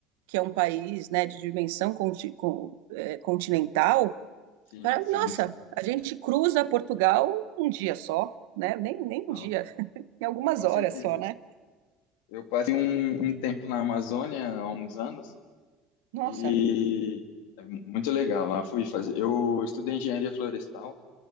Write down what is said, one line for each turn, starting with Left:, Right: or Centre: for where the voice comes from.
Right: que é um país, né, de dimensão conti- con- eh, continental
Left: sim,
Right: Pra-
Left: sim,
Right: Nossa,
Left: sim.
Right: a gente cruza Portugal um dia só, né? Nem, nem
Left: Não,
Right: um dia, em algumas
Left: com
Right: horas
Left: certeza.
Right: só, né?
Left: Eu passei um, um tempo na Amazônia há uns anos.
Right: Nossa,
Left: E é muito legal lá. Fui fazer. Eu estudei engenharia florestal